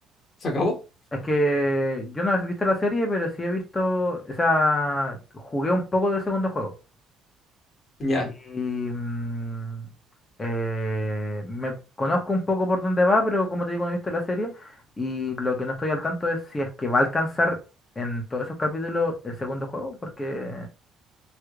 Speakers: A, on the left; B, on the left.
A: Se acabó.
B: es que yo no he visto la serie, pero sí he visto, o sea, jugué un poco del segundo juego.
A: Ya.
B: Y mm, eh, me conozco un poco por dónde va, pero como te digo, no he visto la serie. Y lo que no estoy al tanto es si es que va a alcanzar en todos esos capítulos el segundo juego, porque